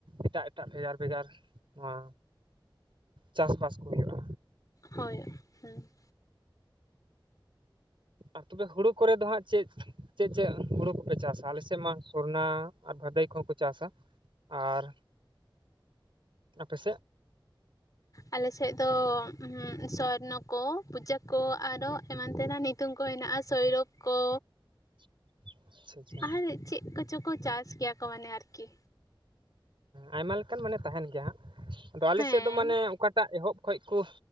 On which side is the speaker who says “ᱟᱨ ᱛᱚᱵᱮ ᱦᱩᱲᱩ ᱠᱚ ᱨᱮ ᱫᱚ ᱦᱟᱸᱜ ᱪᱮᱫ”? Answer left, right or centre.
Right